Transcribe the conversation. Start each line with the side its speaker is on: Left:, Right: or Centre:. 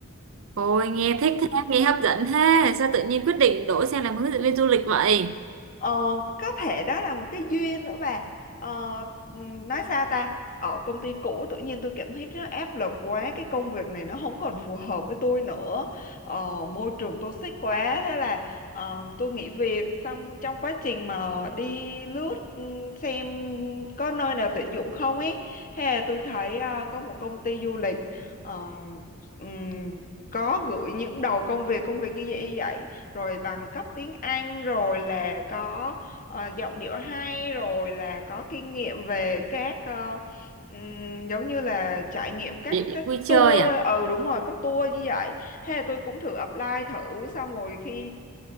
Right: Ôi, nghe thích thế, nghe hấp dẫn thế. Sao tự nhiên quyết định đổ sang làm hướng dẫn viên du lịch vậy?
Left: Ờ, có thể đó là một cái duyên nữa bà ờ, ừm, nói sao ta ở công ty cũ tự nhiên tôi cảm thấy nó áp lực quá cái công việc này nó không còn phù hợp với tôi nữa ờ, môi trường toxic quá thế là ờ, tôi nghỉ việc xong trong quá trình mà đi lướt ừm, xem có nơi nào tuyển dụng không ấy thế là tôi thấy ờ, có một công ty du lịch ờ, ừm, có gửi những đầu công việc công việc như vậy vậy rồi bằng cấp tiếng Anh rồi là có ờ, giọng điệu hay rồi là có kinh nghiệm về các ờ, ừm, giống như là trải nghiệm các
Right: Địa điểm
Left: các
Right: vui
Left: tour
Right: chơi à?
Left: ờ, ừ đúng rồi các tour như vậy thế là tôi cũng thử apply thử xong rồi khi